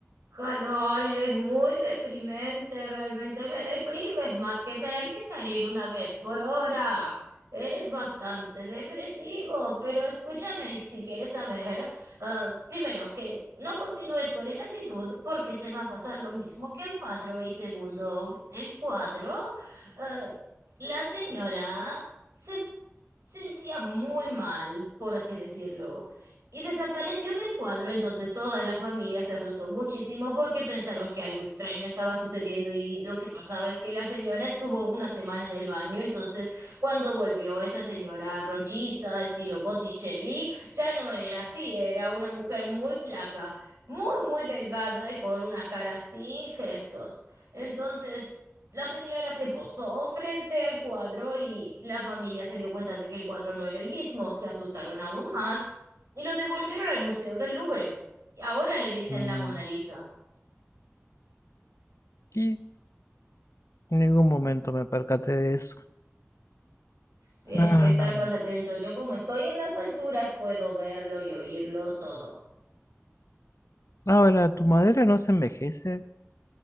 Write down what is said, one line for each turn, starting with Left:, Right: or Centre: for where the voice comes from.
Right: Jarrón, eres muy deprimente, realmente me deprimes más que tener que salir una vez por hora. Eres bastante depresivo, pero escúchame si quieres saber, ah, primero, que no continúes con esa actitud porque te va a pasar lo mismo que el cuadro. Y segundo, el cuadro, ah, la señora se sentía muy mal, por así decirlo, y desapareció del cuadro, entonces toda la familia se asustó muchísimo porque pensaron que algo extraño estaba sucediendo y lo que pasaba es que la señora estuvo una semana en el baño, entonces cuando volvió esa señora rolliza, estilo Botticelli, ya no era así, era una mujer muy flaca, muy, muy delgada y con una cara sin gestos. Entonces... La señora se posó frente al cuadro y la familia se dio cuenta de que el cuadro no era el mismo, se asustaron aún más y lo devolvieron al Museo del Louvre. Y ahora le dicen
Left: Mm,
Right: la Mona Lisa.
Left: Y en ningún momento me percaté de eso.
Right: Tienes
Left: Ah,
Right: que estar más atento. Yo como estoy en las alturas puedo verlo y oírlo todo.
Left: ahora, tu madera no se envejece.